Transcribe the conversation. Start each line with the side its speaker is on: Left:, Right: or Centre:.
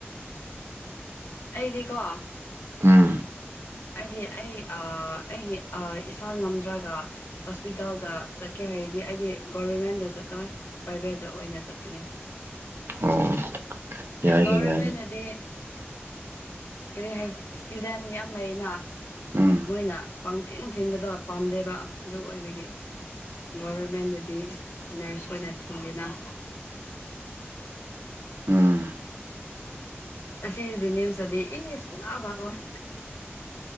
Left: ꯑꯩꯗꯤꯀꯣ
Right: ꯎꯝ
Left: ꯍꯥꯏꯗꯤ ꯑꯩ ꯑꯩꯒꯤ ꯏꯁꯥ ꯉꯝꯗ꯭ꯔꯒ ꯍꯣꯁꯄꯤꯇꯥꯜꯗ ꯆꯠꯀꯦ ꯍꯥꯏꯔꯗꯤ ꯑꯩꯗꯤ ꯒꯣꯕꯔꯃꯦꯟꯗ ꯆꯠꯂꯣꯏ ꯄ꯭ꯔꯥꯏꯚꯦꯠꯇ ꯑꯣꯏꯅ ꯆꯠꯀꯅꯤ
Right: ꯑꯣ ꯌꯥꯏꯅꯦ
Left: ꯒꯣꯚꯔꯃꯦꯟꯅꯗꯤ
Right: ꯌꯥꯏꯅꯦ
Left: ꯀꯔꯤ ꯍꯥꯏ ꯏꯁꯇꯨꯗꯦꯟ ꯌꯥꯝ ꯂꯩꯅ
Right: ꯎꯝ
Left: ꯃꯣꯏꯅ ꯄꯪꯊꯤꯟ ꯊꯤꯟꯕꯗ ꯄꯥꯝꯗꯦꯕ ꯑꯗꯨ ꯑꯣꯏꯕꯒꯤ ꯒꯣꯚꯔꯃꯦꯟꯗꯗꯤ ꯅꯔꯁ ꯑꯣꯏꯅ ꯊꯤꯡꯗꯅ
Right: ꯎꯝ
Left: ꯑꯁꯤꯒꯤ ꯖꯦꯅꯤꯝꯁꯇꯗꯤ ꯏ ꯁꯨꯡꯂꯥꯛ ꯂꯥꯛꯂꯣꯏ